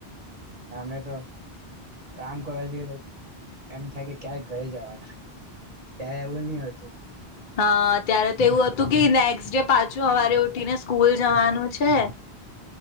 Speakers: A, on the right (about 40°); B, on the left (about 60°).
A: હ અ, અવે તો કામ કરવા જીયે, તો એમ થાય કે ક્યારે ઘરે જવાના. ત્યા, એવુ ની હતું.
B: હા, ત્યારે તો એવું હતું કે નેક્સ્ટ ડે પાછું સવારે ઉઠીને સ્કૂલ જવાનું છે.